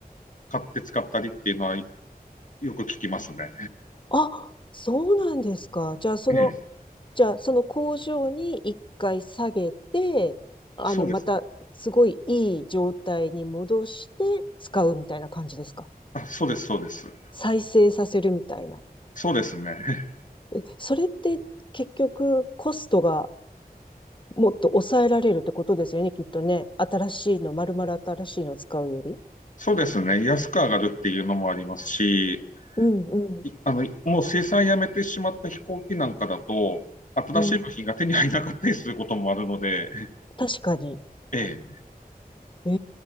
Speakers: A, on the left; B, on the left.
A: 買って使ったりっていうのはよく聞きますね。
B: あ、そうなんですか。じゃあその、
A: ええ。
B: じゃあその工場に一回下げて、あの、
A: そうです。
B: またすごいいい状態に戻して使うみたいな感じですか。
A: あ、そうです、そうです。
B: 再生させるみたいな。
A: そうですね。<laughs>
B: えそれって結局コストがもっと抑えられるってことですよね、きっとね。新しいの、丸々新しいのを使うより。
A: そうですね。安く上がるっていうのもありますし、
B: うんうん
A: いあの、もう生産やめてしまった飛行機なんかだと、新しい部品が手に入らなかったりすることもあるので、
B: うん。確かに。
A: ええ、
B: え